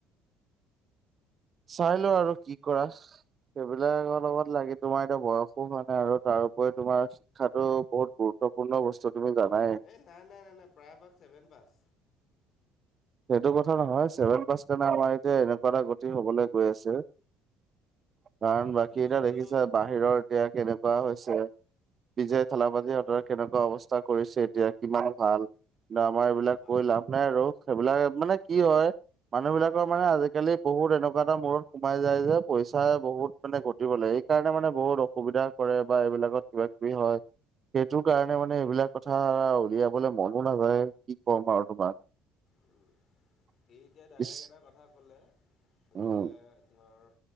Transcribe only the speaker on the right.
চাই লওঁ আৰু কি কৰা সেইবিলাক অলপমান লাগি তোমাৰ এতিয়া বয়সো হোৱা নাই আৰু তাৰ উপৰি তোমাৰ শিক্ষাতো বহুত গুৰুত্বপূৰ্ণ বস্তু তুমি জানাই
সেইটো কথা নহয় ছেভেন পাছ কাৰণে আমাৰ এতিয়া এনেকুৱা এটা গতি হ'বলৈ গৈ আছে কাৰণ বাকী
এটা দেখিছা বাহিৰৰ এতিয়া কেনেকুৱা হৈছে। বিজয়
থালাপতিহঁতৰ কেনেকুৱা অৱস্থা কৰিছে এতিয়া কিমান ভাল। কিন্তু আমাৰ এইবিলাক
কৈ লাভ নাই আৰু সেইবিলাক মানে কি হয় মানুহবিলাকৰ মানে আজিকালি বহুত এনেকুৱা এটা মূৰত সোমাই যায় যে পইচা বহুত মানে ঘটিব লাইক সেই কাৰণে মানে বহুত অসুবিধা কৰে বা এইবিলাকত কিবা-কিবি হয়। সেইটো কাৰণে মানে এইবিলাক কথা উলিয়াবলে মনো নাযায় কি কম আৰু তোমাক।
ইচ
উম